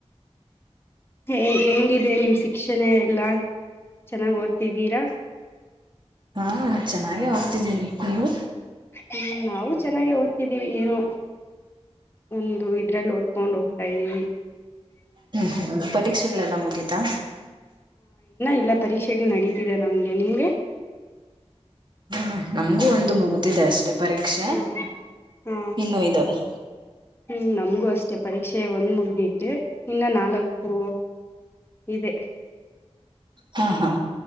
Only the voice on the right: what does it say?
ಹಾ ಚೆನ್ನಾಗೆ ಹೋಗ್ತಿದ್ದೀನಿ ನೀವು
ಹ್ಮ್ ಹ್ಮ ಪರೀಕ್ಷೆ ೆಲ್ಲ ಮುಗೀಿತಾ
ಹ ನಮ್ಗೂ ಒಂದು ಮುಗ್ದಿದೆ ಅಷ್ಟೆ ಪರೀಕ್ಷೆ
ಇನ್ನು ಇದಾವೆ
ಹಾ ಹಾ